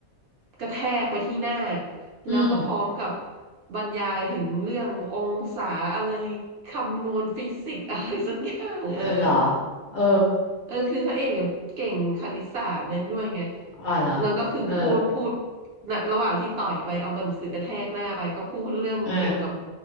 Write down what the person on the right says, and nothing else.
กระแทกไปที่หน้า
แล้วก็พร้อมกับบรรยายถึงเรื่ององศาอะไรคำนวณฟิสิกส์อะไรสักอย่างเออ
เออคือพระเอกเก่งคณิตศาสตร์เลยด้วยไง
แล้วก็คือพูดพูด
นะระหว่างที่ต่อยไปเอากระหนังสือกระแทกหน้าไปก็พูดเรื่องเกี่ยวกับ